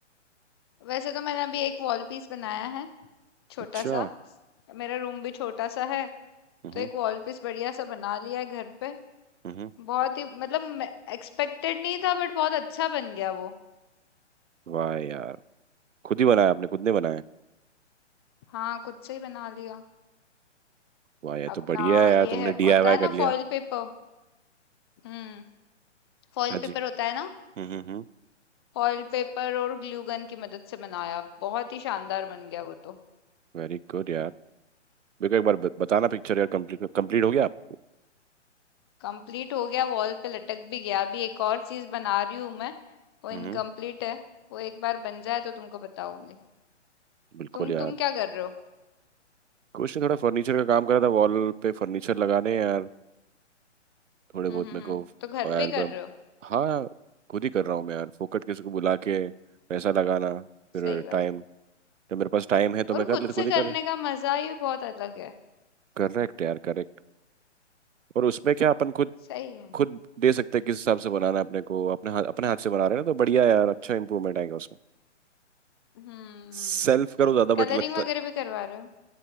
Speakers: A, on the left; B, on the right.
A: वैसे तो मैंने अभी एक वॉल पीस बनाया है छोटा
B: अच्छा
A: सा मेरा रूम भी छोटा सा है
B: हम्म
A: तो एक वॉल पीस बढ़िया सा बना लिया है घर पे
B: हम्म
A: बहुत ही मतलब एक्सपेक्टेड नहीं था बट बहुत अच्छा बन गया वो
B: वाह यार खुद ही बनाया आपने खुद ने बनाया
A: हाँ खुद से ही बना लिया
B: वाह यार
A: अपना
B: तो बढ़िया है यार
A: ये
B: तुमने
A: है
B: डीआईवाई
A: होता है ना
B: कर लिया
A: फॉइल पेपर हम्म फॉइल
B: हाँ
A: पेपर
B: जी
A: होता है ना
B: हम्म हम्म
A: फॉइल पेपर और ग्लू गन की मदद से बनाया बहुत ही शानदार बन गया वो तो
B: वेरी गुड यार मेरे को एक बार ब- बताना पिक्चर यार कंप्लीट कंप्लीट हो गया आप
A: कंप्लीट हो गया वॉल पे लटक भी गया अभी एक और चीज बना रही हूँ मैं वो इनकम्प्लीट
B: हम्म
A: है वो एक बार बन जाए तो तुमको बताऊंगी
B: बिल्कुल
A: तुम
B: यार
A: तुम क्या कर रहे हो
B: कुछ नहीं थोड़ा फर्नीचर का काम करा था वॉल पे फर्नीचर लगाने हैं यार थोड़े
A: हम्म
B: बहुत
A: हम्म
B: मेरे
A: हम्म
B: को
A: तो घर
B: एल्बम
A: पे ही कर रहे हो
B: हाँ खुद ही कर रहा हूँ मैं यार फोकट किसी को बुला के पैसा लगाना फिर
A: सही बात
B: टाइम जब मेरे पास टाइम है तो
A: और
B: मैं कर
A: खुद
B: लेता खुद
A: से
B: ही
A: करने
B: कर
A: का मजा ही बहुत अलग है
B: करेक्ट यार करेक्ट और उसमें क्या अपन खुद
A: सही है
B: खुद दे सकते हैं किस हिसाब से बनाना है अपने को अपने हाथ अपने हाथ से बना रहे हैं ना तो बढ़िया यार अच्छा इंप्रूवमेंट आएगा उसमें
A: हम्म
B: सेल्फ करो ज्यादा
A: कलरिंग
B: बेटर लगता
A: वगैरह
B: है
A: भी करवा रहे हो